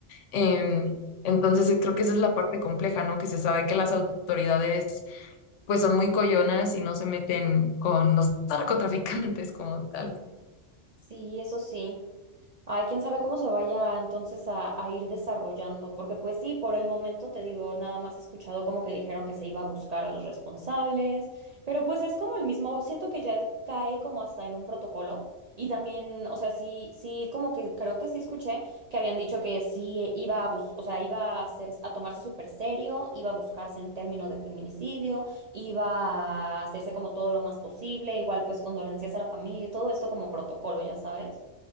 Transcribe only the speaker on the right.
Sí, eso sí. Ay, quién sabe cómo se vaya entonces a, a ir desarrollando, porque pues sí, por el momento te digo, nada más he escuchado como que dijeron que se iba a buscar a los responsables, pero pues es como el mismo, siento que ya es- cae como hasta en un protocolo y también, o sea, sí, sí, como que creo que sí escuché que habían dicho que sí iba a bus, o sea, iba a hacer, a tomarse súper serio, iba a buscarse en términos de feminicidio, iba a hacerse como todo lo más posible, igual pues condolencias a la familia, todo esto como protocolo, ya sabes.